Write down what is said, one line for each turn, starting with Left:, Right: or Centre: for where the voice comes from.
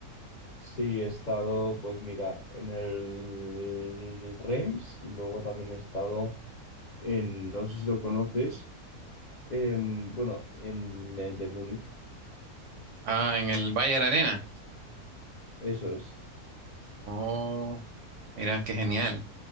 Left: sí, he estado, pues mira, en el Reims y luego también he estado en, no sé si lo conoces, Em, bueno, en el de Múnich,
Right: Ah, en el Bayern Arena.
Left: eso es.
Right: Oh, mira, qué genial.